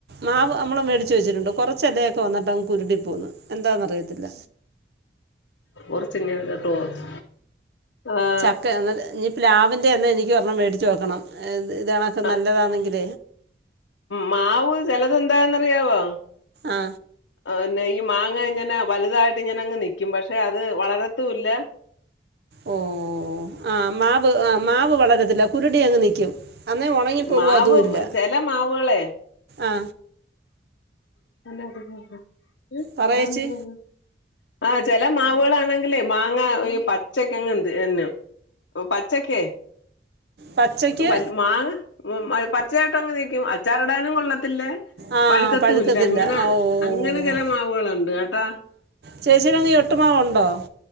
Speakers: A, on the right; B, on the left.
A: മാവ്മ്മ മേടിച്ച് വച്ചിട്ടുണ്ട് കുറച്ച ഇിലയക്കെ വന്നിട്ട്ങ് കുരുട്ടി പോന്ന് എന്താണെന്ന്റിയത്തില്ല
B: കുറച്ച്ങ്ങ ടോച്ച് ആഹ
A: ചക്ക എന്നാൽ ഇനി പ്ലാവിൻ്റെ തന്നെ എനിക്ക് പറഞ്ഞണം മേടിച്ചച്ച് വക്കണം ഇതാണൊക്കെ
B: അഹ്
A: നല്ലതാണെങ്കിൽ
B: മാവ് ചിലതെന്താന്നറിയാവോ
A: ആ
B: പിന്നെ ഈ മാങ്ങ ഇങ്ങനെ വലുതായിട്ട് ഇഞനൻ അങ്ങ് നിൽിക്കും പക്ഷെ അത് വളർത്തും ഇല്ല
A: ഓ ആ് മാവ് ആ മാവ് വളരത്തില്ല കുരുടി അങ്ങ് നിക്കും അന്നേ ഉണങ്ങിപ്പോക
B: മാവ്
A: അതും ഇല്ല
B: ചെല മാവുകളെ
A: ആ
B: <inaudible>
A: പറയേച്ചി
B: ആ ചില മാവുകളാണെങ്കിൽേ മാങ്ങ ഈ പച്ചക്കങ്ങ് എന്ത് എന്നന്നെ പച്ചക്കേ
A: പച്ചയ്ക്ക്
B: വ മാങ്ങ പച്ചയായിട്ട അങ്ങങ് നക്കും അച്ചാറിടാനും കൊള്ളത്തില്ലേ
A: ആ
B: പഴുക്കത്ത
A: പഴുക്കത്തില്ല
B: ഇല്ല അങ്ങനെ
A: ആ, ഓ
B: അങ്ങനെ ചില മാവുകളുണ്ട് കേട്ടാ
A: ചേച്ചിയുടെങ്ക എട്ട്മാവുണ്ടോ